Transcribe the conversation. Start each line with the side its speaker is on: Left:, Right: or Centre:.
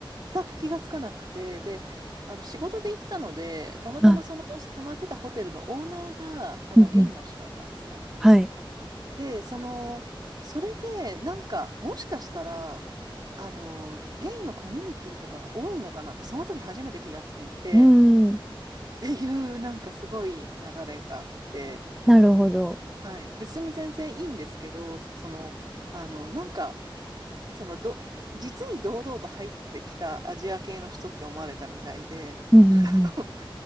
Right: 全く気がつかなくて、で、あの仕事で行ったので、たまたまその泊まってたホテルのオーナーがあのゲイの人だったんですね。
Centre: あ、うんうん。はい。
Right: で、その、それで、なんか、もしかしたら、あの、ゲイのコミュニティとかが多いのかなって、その時初めて気がついて、
Centre: うーん。
Right: っていう、なんかすごい流れがあって、
Centre: なるほど。
Right: はい、別に全然いいんですけど、その、あの、なんか、そのど、実に堂々と入ってきたアジア系の人って思われたみたいで、
Centre: うんうん
Right: <laughs>